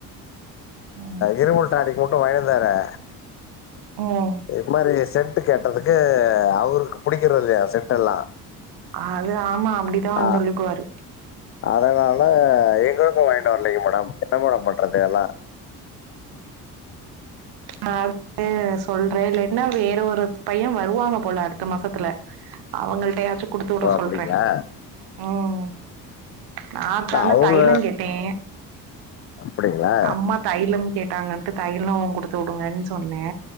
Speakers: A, on the right; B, on the left.
A: ம்
B: இருமல் டாணிக்கு மட்டு வாயன்தரே
A: ம்
B: இது மாரி சென்ட் கேட்டதுக்கு அவருக்கு பிடிக்கற இல்லையா சென்ட் எல்லா
A: அது ஆமா அப்டிதா
B: ஆ
A: சொல்லிக்குவாரு
B: அதனால எங்களுக்கும் வாங்கிட்டு வரலைங்க மேடம் என்ன மேடம் பண்ணுறது எல்லாம்
A: நா அது சொல்றேன் இல்லைனா வேற ஒரு பையன் வருவாங்க போல அடுத்த மாசத்துல அவங்கள்ட்டயாச்சும் குடுத்து விட
B: ஓ அப்டிங்களா
A: சொல்றே ம் நான்
B: இல்ல
A: தானா
B: அவங்க
A: தைலம் கேட்டேன்
B: அப்டிங்களா
A: அம்மா தைலம் கேட் ட்டாங்கன்ட்டு தையலோ குடுத்து விடுங்கன்னு சொன்னே